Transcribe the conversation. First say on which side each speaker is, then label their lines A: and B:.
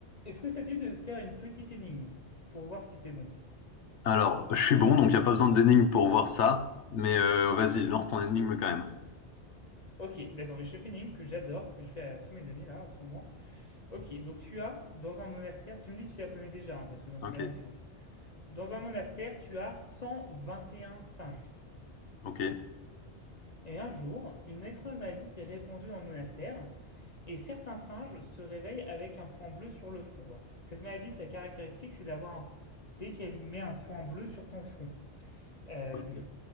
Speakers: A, on the left (about 40°); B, on the left (about 80°).
A: Est-ce que ça te dit de faire une petite énigme pour voir si t'es bon
B: Alors, je suis bon, donc il n'y a pas besoin d'énigme pour voir ça. Mais euh, vas-y, lance ton énigme quand même.
A: Ok, d'accord, mais je fais une énigme que j'adore, que je fais à tous mes amis là en ce moment. Ok, donc tu as dans un monastère, tu me dis si tu la connais déjà, hein, parce que dans
B: Ok,
A: ce cas-là on change. Dans un monastère, tu as 121 singes.
B: ok,
A: Et un jour, une étrange maladie s'est répandue dans le monastère, et certains singes se réveillent avec un point bleu sur le front. voilà. Cette maladie, sa caractéristique, c'est d'avoir un, c'est qu'elle met un point bleu sur ton front. Euh,
B: ok,